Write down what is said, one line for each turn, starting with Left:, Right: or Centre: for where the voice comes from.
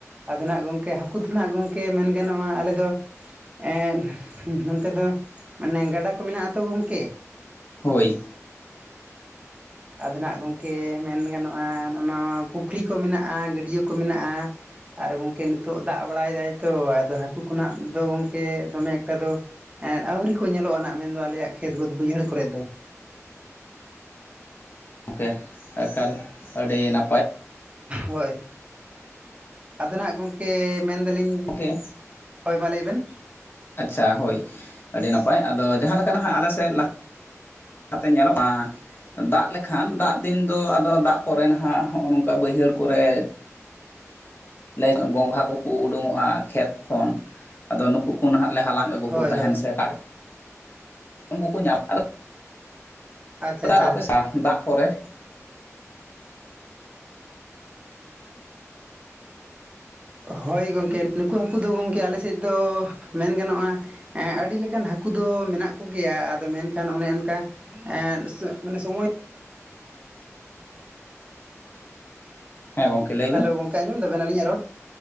Right: ᱟᱫᱚ ᱱᱟᱜ ᱜᱚᱢᱠᱮ ᱦᱟᱹᱠᱩ ᱫᱚ ᱱᱟᱜ ᱜᱚᱢᱠᱮ ᱢᱮᱱ ᱜᱟᱱᱚᱜ-ᱟ ᱟᱞᱮ ᱫᱚ ᱮ ᱱᱚᱱᱚᱛᱮ ᱫᱚ ᱢᱟᱱᱮ ᱜᱟᱰᱟ ᱠᱚ ᱢᱮᱱᱟᱜ ᱟᱛᱚ ᱜᱚᱝᱠᱮ
Left: ᱦᱳᱭ
Right: ᱟᱫᱚ ᱱᱟᱜ ᱜᱚᱢᱠᱮ ᱢᱮᱱ ᱜᱟᱱᱚᱜ-ᱟ ᱱᱚᱣᱟ ᱯᱩᱠᱷᱨᱤ ᱠᱚ ᱢᱮᱱᱟᱜ-ᱟ ᱜᱟᱹᱰᱭᱟᱹ ᱠᱚ ᱢᱮᱱᱟᱜ-ᱟ ᱟᱨ ᱜᱚᱝᱠᱮ ᱱᱤᱛᱚᱜ ᱫᱟᱜ ᱵᱟᱲᱟᱭ ᱫᱟᱭ ᱛᱚ ᱟᱫᱚ ᱦᱟᱹᱠᱩ ᱠᱷᱚᱱᱟᱜ ᱫᱚ ᱜᱚᱝᱠᱮ ᱫᱚᱢᱮ ᱮᱠᱴᱟ ᱫᱚ ᱟᱹᱣᱨᱤ ᱠᱚ ᱧᱮᱞᱚᱜ-ᱟ ᱟᱜ ᱢᱮᱱᱫᱚ ᱟᱞᱮᱭᱟᱜ ᱠᱷᱮᱛ ᱵᱟᱹᱫᱽ ᱵᱟᱹᱭᱦᱟᱹᱲ ᱠᱚᱨᱮᱜ ᱫᱚ
Left: ᱜᱚᱢᱠᱮ ᱟᱠᱟᱞ ᱟᱹᱰᱤ ᱱᱟᱜ
Right: ᱦᱳᱭ ᱟᱫᱚ ᱱᱟᱜ ᱜᱚᱢᱠᱮ ᱢᱮᱱᱫᱟᱞᱤᱧ
Left: ᱜᱚᱝᱠᱮ
Right: ᱦᱳᱭ ᱢᱟ ᱞᱟᱹᱭ ᱵᱮᱱ
Left: ᱟᱪᱪᱷᱟ ᱦᱳᱭ ᱟᱹᱰᱤ ᱱᱟᱯᱟᱭ ᱟᱫᱚ ᱡᱟᱦᱟᱸ ᱞᱮᱠᱟ ᱱᱟᱦᱟᱜ ᱟᱞᱮ ᱥᱮᱫ ᱞᱟᱦᱟ ᱠᱟᱛᱮ ᱧᱮᱞᱚᱜ-ᱟ ᱫᱟᱜ ᱞᱮᱠᱷᱟᱱ ᱫᱟᱜ ᱫᱤᱱ ᱫᱚ ᱟᱫᱚ ᱫᱟᱜ ᱯᱚᱨᱮ ᱱᱟᱦᱟᱜ ᱦᱚᱜ-ᱚ ᱱᱚᱝᱠᱟ ᱵᱟᱹᱭᱦᱟᱹᱲ ᱠᱚᱨᱮ ᱞᱟᱹᱭ ᱜᱚᱸᱜᱷᱟ ᱠᱚᱠᱚ ᱩᱰᱩᱠᱚᱜ-ᱟ ᱠᱷᱮᱛ ᱠᱷᱚᱱ ᱟᱫᱚ ᱱᱩᱠᱩ ᱠᱚ ᱱᱟᱦᱟᱜ ᱞᱮ ᱦᱟᱞᱟᱝ ᱟᱹᱜᱩ
Right: ᱦᱳᱭ
Left: ᱠᱚ ᱛᱟᱦᱮᱱ
Right: ᱦᱳᱭ
Left: ᱥᱮ ᱠᱟᱴ ᱠᱚ ᱩᱱᱠᱩ ᱠᱚ <unintelligible> ᱟᱫᱚ
Right: ᱟᱪᱪᱷᱟ
Left: <unintelligible>
Right: ᱟᱪᱪᱷᱟ
Left: ᱫᱟᱜ ᱯᱚᱨᱮ
Right: ᱦᱳᱭ ᱜᱚᱢᱠᱮ ᱱᱩᱠᱩ ᱦᱟᱹᱠᱩ ᱫᱚ ᱜᱚᱢᱠᱮ ᱟᱞᱮ ᱥᱮᱫ ᱫᱚ ᱢᱮᱱ ᱜᱟᱱᱚᱜ-ᱟ ᱟᱹᱰᱤ ᱞᱮᱠᱟᱱ ᱦᱟᱹᱠᱩ ᱫᱚ ᱢᱮᱱᱟᱜ ᱠᱚᱜᱮᱭᱟ ᱟᱫᱚ ᱢᱮᱱᱠᱷᱟᱱ ᱚᱱᱮ ᱚᱱᱠᱟ ᱮ ᱢᱟᱱᱮ ᱥᱚᱢᱚᱭ
Left: ᱦᱮᱸ ᱜᱚᱝᱠᱮ ᱞᱟᱹᱭ ᱵᱮᱱ
Right: ᱦᱮᱞᱳ ᱜᱚᱝᱠᱮ ᱟᱸᱡᱚᱢ ᱫᱟᱵᱮᱱ ᱟᱹᱞᱤᱧᱟᱜ ᱨᱚᱲ